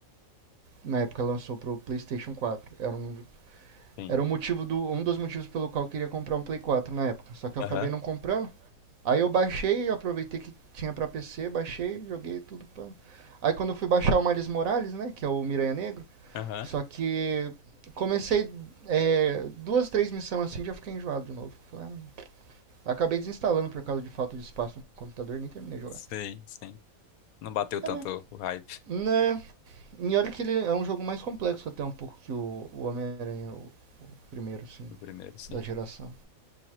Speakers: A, on the right; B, on the left.
A: na época lançou pro PlayStation quatro Era um,
B: Sim.
A: era um motivo do, um dos motivos pelo qual eu queria comprar um Play 4 na época. Só que eu
B: Aham.
A: acabei não comprando. Aí eu baixei, aproveitei que tinha pra PC, baixei, joguei tudo. Pá. Aí quando eu fui baixar o Miles Morales, né, que é o Miranha Negro,
B: Aham.
A: só que comecei é, duas, três missões assim já fiquei enjoado de novo. Falei, ah, Acabei desinstalando por causa de falta de espaço no computador, nem terminei de
B: Sim,
A: jogar.
B: sim. Não bateu tanto
A: É mesmo.
B: o hype
A: Né? E olha que ele é um jogo mais complexo até um pouco que o, o Homem-Aranha, o primeiro, assim.
B: do primeiro, sim.
A: da geração.